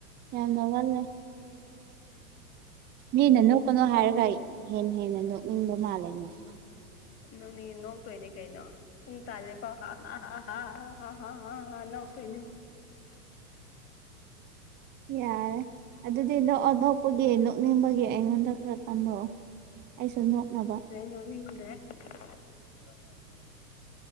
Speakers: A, on the right; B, on the left.
A: ꯌꯥꯝꯅ ꯅꯣꯛꯍꯜꯂꯦ ꯃꯤꯅ ꯅꯣꯛꯀꯥꯅꯨ ꯍꯥꯏꯔꯒ ꯍꯦꯟꯅ ꯍꯦꯟꯅ ꯅꯣꯛꯅꯤꯡꯕ ꯃꯥꯜꯂꯦ ꯅꯪ
B: ꯅꯣꯛꯅꯤꯡꯉꯦ ꯅꯣꯛꯇꯣꯏꯅꯦ ꯀꯩꯅꯣ ꯇꯜꯂꯦ ꯄꯣ ꯍꯥ ꯍꯥ ꯍꯥ ꯍꯥ ꯍꯥ ꯍꯥ ꯍꯥ ꯅ ꯅꯣꯛꯇꯣꯏꯅꯤ
A: ꯌꯥꯔꯦ ꯑꯗꯨꯗꯤ ꯅꯣꯛꯑꯣ ꯅꯣꯛꯄꯒꯤ ꯅꯣꯛꯅꯤꯡꯕꯒꯤ ꯑꯩꯉꯣꯟꯗꯥ ꯈꯔꯥ ꯇꯝꯃꯣ ꯑꯩꯁꯨ ꯅꯣꯛꯅꯕ
B: ꯅꯣꯛꯅꯤꯡꯗꯔꯦ <unintelligible>